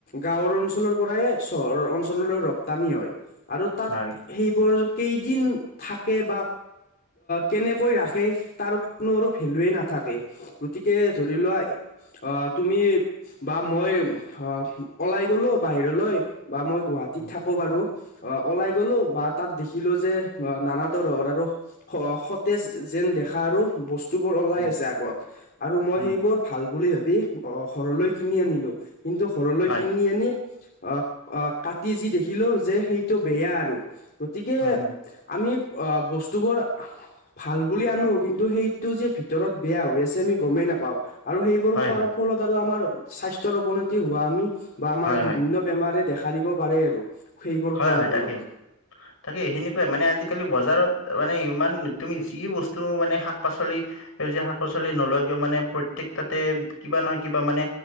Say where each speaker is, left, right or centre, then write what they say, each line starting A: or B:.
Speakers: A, on the left; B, on the left.
A: গাঁওৰ অঞ্চলৰ পৰাই চহৰৰ অঞ্চললৈ ৰপ্তানি হয়। আৰু তাত
B: হয়
A: সেইবোৰ কেইদিন থাকে বা কেনেকৈ ৰাখে তাৰ কোনো আৰু ভেলুৱে নাথাকে গতিকে ধৰি লোৱা অ', তুমি বা মই অ, ওলাই গলো বাহিৰলৈ বা মই গুৱাহাটীত
B: উম
A: থাকো বাৰু অ', ওলাই গলো বা তাত দেখিলো যে নানা তৰহৰ আৰু সতেজ যেন দেখা আৰু বস্তুবোৰ ওলাই
B: উম
A: আছে আগত। আৰু মই
B: উম
A: সেইবোৰ ভাল বুলি ভাবি ঘৰলৈ কিনি আনিলো কিন্তু ঘৰলৈ
B: হয়
A: কিনি আনি আ, আ, কাটি যি দেখিলো যে সেইটো বেয়া আৰু গতিকে
B: উম উম
A: আমি বস্তুবোৰ ভাল বুলি আনো কিন্তু সেইটো যে ভিতৰত বেয়া হৈ আছে আমি গমেই নাপাও আৰু সেইবোৰ
B: হয়
A: খোৱাৰ
B: হয়
A: ফলত আৰু আমাৰ স্বাস্থ্যৰ অৱনতি হোৱা আমি বা আমাৰ
B: হয়
A: বিভিন্ন
B: হয়
A: বেমাৰে দেখা দিব পাৰে আৰু সেইবোৰ
B: হয়,
A: খোৱাৰ
B: হয়, তাকেই
A: <inaudible>
B: তাকে সেনেকুৱাই মানে আজিকালি বজাৰত মানে ইমান তুমি যি বস্তু মানে শাক পাচলি সেউজীয়া শাক পাচলি নলয় কিয় মানে প্ৰত্যেক তাতে কিবা নহয় কিবা মানে